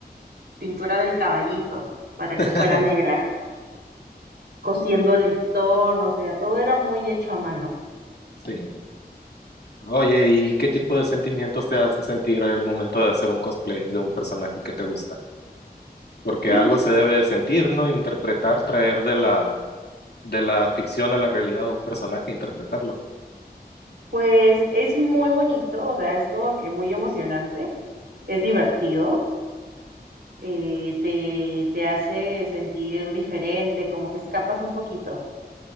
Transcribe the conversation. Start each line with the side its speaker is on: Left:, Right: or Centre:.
Right: pintura del caballito para
Left: <laughs>
Right: que fuera negra. cosiendo listón, o sea, todo era muy hecho a mano.
Left: sí. Oye, ¿y qué tipo de sentimientos te hace sentir al momento de hacer un cosplay de un personaje que te gusta? Porque
Right: Yo,
Left: algo se debe de sentir, ¿no? Interpretar, traer de la, de la ficción a la realidad de un personaje, interpretarlo.
Right: pues es muy bonito, o sea, es como que muy emocionante, es divertido, eh, te, te hace sentir diferente, como que escapas un poquito,